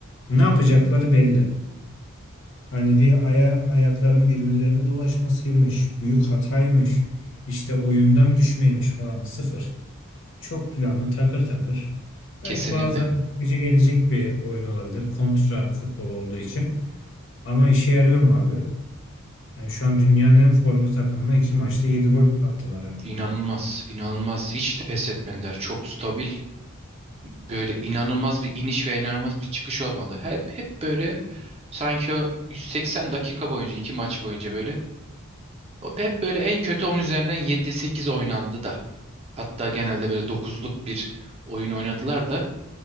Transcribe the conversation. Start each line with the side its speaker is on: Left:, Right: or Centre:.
Left: ne yapacakları belli. Hani bir aya, ayakların birbirlerine dolaşmasıymış, büyük hataymış, işte oyundan düşmeymiş falan sıfır. Çok planlı takır takır. Belki
Right: Kesinlikle.
Left: bazen güce gelecek bir oyun olabilir kontra futbol olduğu için. Ama işe yarıyor mu abi? Yani şu an dünyanın en formda takımına iki maçta yedi gol attılar hani.
Right: İnanılmaz, inanılmaz. Hiç de pes etmediler. Çok stabil. Böyle inanılmaz bir iniş ve inanılmaz bir çıkış olmadı. Hep hep böyle sanki o 180 dakika boyunca, iki maç boyunca böyle hep böyle en kötü 10 üzerinden yedi sekiz oynandı da. Hatta genelde böyle dokuzluk bir oyun oynadılar da